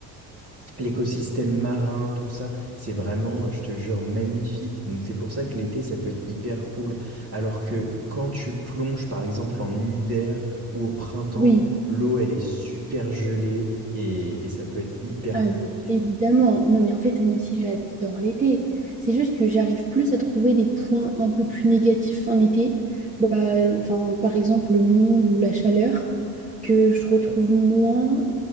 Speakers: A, on the right; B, on the right.
A: l'écosystème marin, tout ça. C'est vraiment, je te jure, magnifique. Donc c'est pour ça que l'été, ça peut être hyper cool. Alors que quand tu plonges, par exemple, en hiver ou au printemps,
B: Oui,
A: l'eau, elle est super gelée et, et ça peut être hyper
B: Ah,
A: compliqué.
B: mais évidemment. Non, mais en fait, moi aussi, j'adore l'été. C'est juste que j'arrive plus à trouver des points un peu plus négatifs en été. Bah, enfin, par exemple, le monde ou la chaleur, que je retrouve moins